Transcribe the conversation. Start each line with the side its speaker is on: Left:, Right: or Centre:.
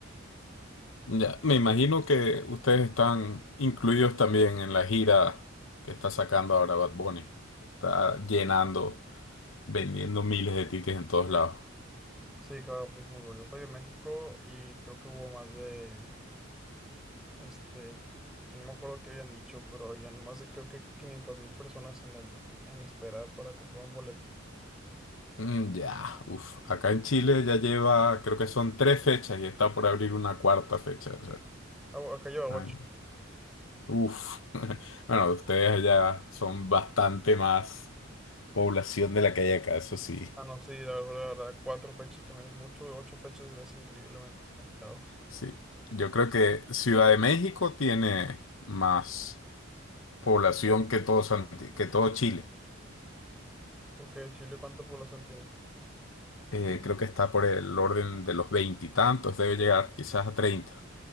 Left: ya. Me imagino que ustedes están incluidos también en la gira que está sacando ahora Bad Bunny. Está llenando. vendiendo miles de tickets en todos lados.
Centre: Sí, claro, pues por ejemplo, yo soy de México y creo que hubo más de, este, no me acuerdo qué habían dicho, pero habían más de creo que 500 mil personas en la, en la espera para comprar un boleto.
Left: Mm, ya, uff. Acá en Chile ya lleva, creo que son tres fechas y está por abrir una cuarta fecha. O sea,
Centre: Ah, bu- acá lleva ocho.
Left: ay, uf. <laughs> Bueno, ustedes allá son bastante más población de la que hay acá, eso sí.
Centre: Ah, no, sí, la verdad, la verdad, cuatro fechas también es mucho, y ocho fechas es increíblemente demasiado.
Left: Sí. Yo creo que Ciudad de México tiene más población que todo, Santi- que todo Chile.
Centre: Porque Chile, ¿cuánta población tiene?
Left: Eh, creo que está por el orden de los veintitantos, debe llegar quizás a treinta.